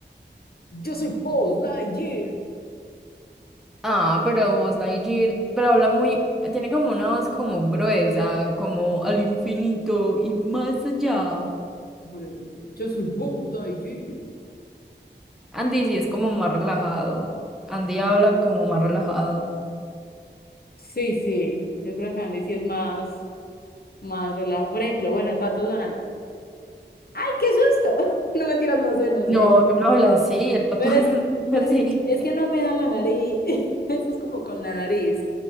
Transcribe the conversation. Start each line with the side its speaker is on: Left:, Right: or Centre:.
Left: yo soy Buzz Lightyear.
Centre: Ah, pero vos, Lightyear, pero habla muy, tiene como una voz como gruesa, como al infinito y más allá.
Left: Por eso, Yo soy Buzz Lightyear.
Centre: Andy sí es como más relajado. Andy habla como más relajado.
Left: Sí, sí, yo creo que Andy sí es más, más relajado. Por ejemplo, bueno, el pato Donald. ¡Ay, qué susto! <laughs> No me tiras, no sé, no
Centre: No,
Left: sé.
Centre: él no habla así, el pato
Left: Pero
Centre: <laughs>
Left: es,
Centre: no habla
Left: pero
Centre: así.
Left: sí, es que no me da la nariz. <laughs> Eso es como con la nariz.